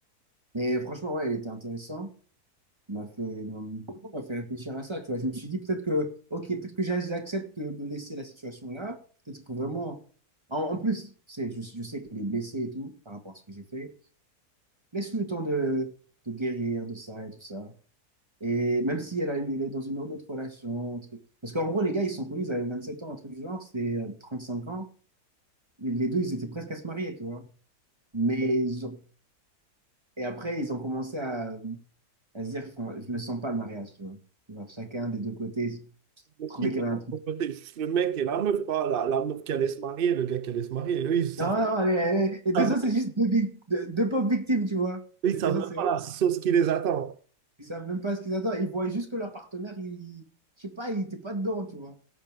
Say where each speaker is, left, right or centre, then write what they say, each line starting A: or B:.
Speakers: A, on the right; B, on the right.
A: Mais franchement, ouais, il était intéressant. Il m'a fait, il m'a fait réfléchir à ça, tu vois. Je me suis dit peut-être que, ok, peut-être que j'accepte de laisser la situation là. Peut-être que vraiment, en, en plus, c'est, je, je sais qu'il est blessé et tout par rapport à ce que j'ai fait. Laisse-lui le temps de, de guérir de ça et tout ça. Et même si elle a, il est dans une autre relation, un truc. Parce qu'en gros, les gars, ils sont connus, ils avaient 27 ans, un truc du genre, c'était euh, cinq ans. Les les deux, ils étaient presque à se marier, tu vois. Mais genre, Et après, ils ont commencé à, à se dire, font- je ne sens pas le mariage, tu vois. Genre, chacun des deux côtés
B: Le
A: trouvait
B: qui
A: qu'il
B: va
A: y avait un truc.
B: côté, juste le mec et la meuf, pas la, la meuf qui allait se marier, le gars qui allait se marier. Eux, ils savent,
A: Non, non, les, les- les deux
B: savent-
A: autres, c'est juste deux, vic- deux, deux pauvres victimes, tu vois.
B: ils
A: Les
B: savent
A: deux autres,
B: même
A: c'est
B: pas
A: vrai.
B: la sauce qui les attend.
A: Ils savent même pas ce qu'ils attendent. Ils voient juste que leur partenaire, il, je sais pas, il était pas dedans, tu vois.